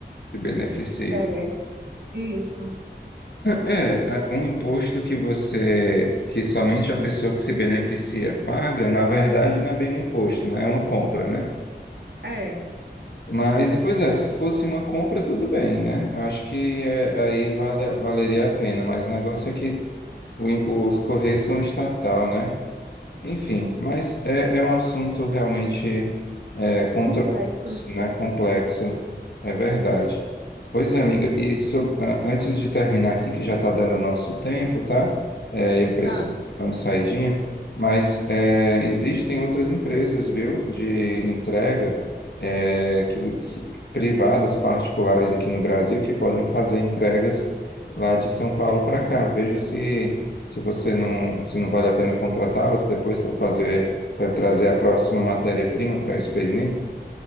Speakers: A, on the left; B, on the right.
A: Se beneficie
B: interessa. Isso.
A: É, a- um imposto que você, que somente a pessoa que se beneficia paga, na verdade não é bem um imposto, né? É uma compra, né?
B: É,
A: Mas, pois é, se fosse uma compra, tudo bem, né? Eu acho que é, aí vale, valeria a pena, mas o negócio é que o im- os Correios são estatal, né? Enfim, mas é, é um assunto realmente é, controverso,
B: Complexo,
A: né? Complexo, é verdade. Pois é, amiga, e sob- a- antes de terminar aqui, que já está dando nosso tempo, tá? É, eu preciso
B: tá?
A: dar uma saidinha, mas é, existem outras empresas, viu, de entrega é, que, s- privadas, particulares aqui no Brasil, que podem fazer entregas lá de São Paulo para cá. Veja se. Se você não, se não vale a pena contratá-los depois para fazer, para trazer a próxima matéria-prima para o experimento,